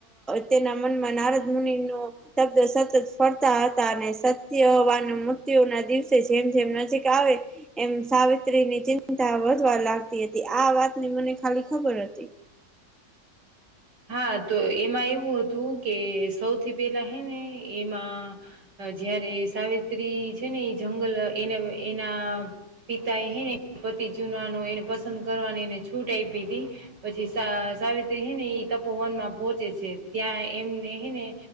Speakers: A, in the centre; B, on the right.
A: તેના મનમાં નારદ મુનિ નો તબ્દ સતત ફરતા હતા અને સત્યવાન મૃત્યુ ના દિવસે જેમ જેમ નજીક આવે એમ સા આ ની ચિંતા વધવા લાગતી હતી આ વાતની મને ખાલી ખબર હતી.
B: હા તો એમાં એવું હતું કે સૌથી પેલા હે ને એમાં જયારે સાવિત્રી છે ને એ--જંગલ એને એના--પિતા એ હે ને પતિ ચુનવાનું એને પસંદ કરવાની છૂટ આપી તી પછી સા--સાવિત્રી હે ને તપોવનમાં પહોંચે છે ત્યાં એમને હે ને